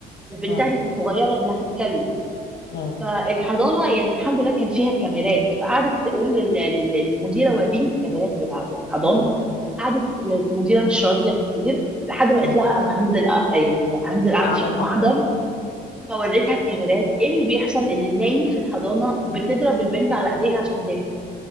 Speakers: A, in the centre; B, on the left.
A: وبنتها
B: امم
A: لسه صغيره انها تتكلم
B: امم
A: فالحضانه يعني الحمد لله كان فيها كاميرات فقعدت تقول لل- لل- للمديره وريني الكاميرات بتاعت الحضانه
B: امم
A: قعدت المديره مش راضيه كتير لحد ما قلت
B: امم
A: لها انا هنزل أ- يعني هنزل اعمل
B: اعمل
A: فيكم
B: محضر
A: محضر فوريتها الكاميرات ايه اللي بيحصل ان الناني في الحضانه بتضرب البنت على ايديها عشان تاكل